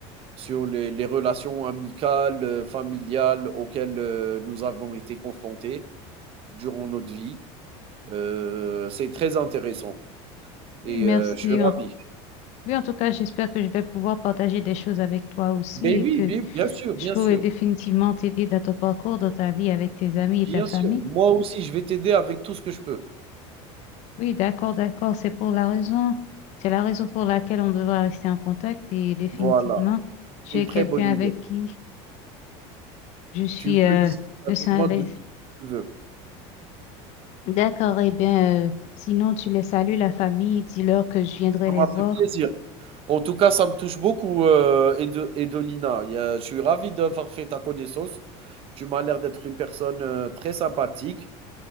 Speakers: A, on the right (about 40°); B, on the left (about 50°).
A: sur les les relations amicales, heu, familiales auxquelles, heu, nous avons été confrontés durant notre vie. Heu, c'est très intéressant
B: Oui,
A: et
B: merci.
A: heu, je suis
B: En-
A: ravi.
B: Oui, en tout cas, j'espère que je vais pouvoir partager des choses avec toi aussi
A: Ben
B: et
A: oui,
B: que
A: mais bien sûr, bien
B: je pourrai
A: sûr,
B: définitivement t'aider dans ton parcours, dans ta vie avec tes amis et
A: bien
B: ta famille.
A: sûr. Moi aussi, je vais t'aider avec tout ce que je peux.
B: Oui, d'accord, d'accord. C'est pour la raison, c'est la raison pour laquelle on devra rester en contact et définitivement,
A: Voilà,
B: tu
A: c'est
B: es
A: une
B: quelqu'un
A: très bonne
B: avec
A: idée.
B: qui je suis,
A: Tu peux
B: euh,
A: discuter avec
B: me sens à
A: moi
B: l'aise.
A: de tout ce que tu veux.
B: D'accord, eh bien, euh, sinon, tu les salues, la famille, dis-leur que je viendrai
A: Ça
B: les
A: m'a
B: voir.
A: fait plaisir. En tout cas, ça me touche beaucoup, heu, Edo Edolina. Il y a je suis ravi d'avoir fait ta connaissance. Tu m'as l'air d'être une personne, heu, très sympathique.